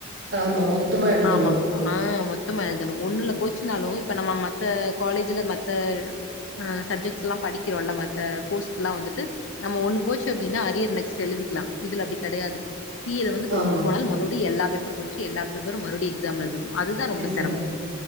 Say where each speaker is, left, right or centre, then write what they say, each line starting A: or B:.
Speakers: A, on the right; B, on the left.
A: ஆமா மொத்தமா எழுதணு
B: ஆமா ஆ மொத்தமா எழுதணு ஒண்ணுல போச்சுனாலு இப்ப நம்ம மத்த காலேஜ்ஜூல மத்த ஆ சப்ஜெக்ட்ஸ்ல்லா படிக்கிறோல்ல மத்த கோர்ஸ்க்ல்லா வந்துட்டு நம்ம ஒண்ணு போச்சு அப்டின்னா அரியர் நெக்ஸ்ட் எழுதிக்லா இதுல அப்டி கெடையாது சி ஏல வந்துட்டு
A: ஆமா,
B: ஒன்னு போனாலு மறுப்டி எல்லா பேப்பரு படிச்சு எல்லா பேப்பரு மறுப்டி எக்ஸாம் எழுதுணு அதுதான் ரொம்ப
A: எக்ஸாம்ல.
B: சிரமம்